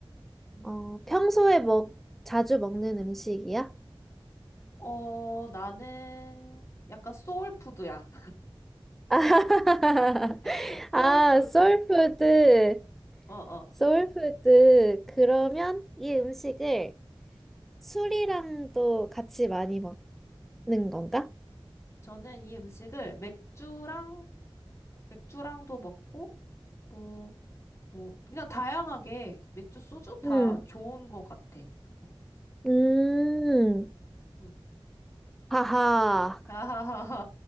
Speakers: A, on the left; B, in the centre.
A: 음.
B: 어, 평소에 먹 자주 먹는 음식이야?
A: 어, 나는 약간 소울푸드야.
B: <laughs>
A: <laughs> 소울푸드.
B: 아, 소울푸드.
A: 어, 어.
B: 소울푸드. 그러면 이 음식을 술이랑도 같이 많이 먹어? 는 건가?
A: 저는 이 음식을 맥주랑, 맥주랑도 먹고, 뭐, 어, 그냥 다양하게 맥주, 소주 다
B: 음,
A: 좋은 것 같아. 어,
B: 음,
A: 음.
B: 하하.
A: <laughs>